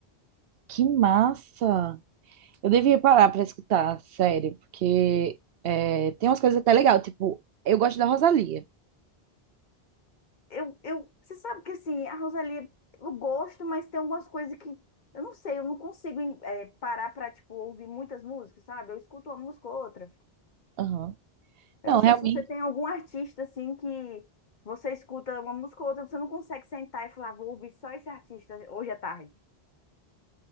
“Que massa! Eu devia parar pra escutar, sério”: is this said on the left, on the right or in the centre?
Right